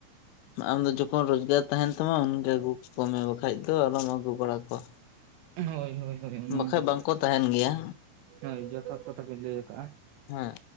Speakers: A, on the left; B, on the right.
A: ᱟᱢ ᱫᱚ ᱡᱚᱠᱷᱚᱱ ᱨᱚᱡᱽᱜᱟᱨ ᱛᱟᱦᱮᱱ ᱛᱟᱢᱟ ᱩᱱᱜᱮ ᱟᱹᱜᱩ ᱠᱚ ᱢᱮ ᱵᱟᱠᱷᱟᱡ ᱫᱚ ᱟᱞᱚᱢ ᱟᱹᱜᱩ ᱵᱟᱲᱟ ᱠᱚᱣᱟ᱾
B: ᱦᱳᱭ ᱦᱳᱭ ᱦᱳᱭ ᱚᱱᱟ
A: ᱵᱟᱠᱷᱟᱡ
B: ᱦᱚᱸ
A: ᱵᱟᱝᱠᱚ ᱛᱟᱦᱮᱱ ᱜᱮᱭᱟ
B: ᱦᱳᱭ ᱡᱚᱛᱷᱟᱛ ᱠᱟᱛᱷᱟ ᱵᱤᱱ ᱞᱟᱹᱭ ᱟᱠᱟᱜ-ᱟ᱾
A: ᱦᱮᱸ